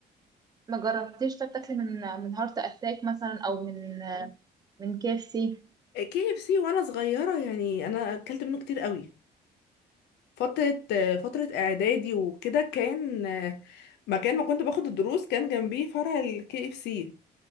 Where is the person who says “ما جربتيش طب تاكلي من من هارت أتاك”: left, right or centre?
Right